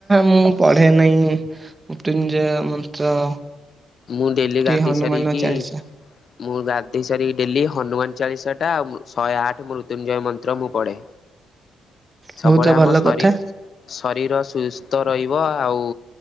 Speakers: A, on the right (about 20°); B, on the left (about 55°).
A: ମୁଁ ପଢେ ନାହିଁ ମୃତ୍ୟୁଞ୍ଜୟ ମନ୍ତ୍ର।
B: ମୁଁ ଡେଲି ଗାଧେଇ
A: କି ହନୁମାନ
B: ସାରିକି
A: ଚାଳିଶା
B: ମୁଁ ଗାଧେଇ ସାରି ଡେଲି ହନୁମାନ ଚାଳିଶା ଟା ଶହେ ଆଠ ମୃତ୍ୟୁଞ୍ଜୟ ମନ୍ତ୍ର ମୁଁ ପଢ଼େ।
A: ବହୁତ
B: ସବୁବେଳେ ଆମ
A: ଭଲ
B: ଶରୀ
A: କଥା
B: ଶରୀର ସୁସ୍ଥ ରହି ବ ଆଉ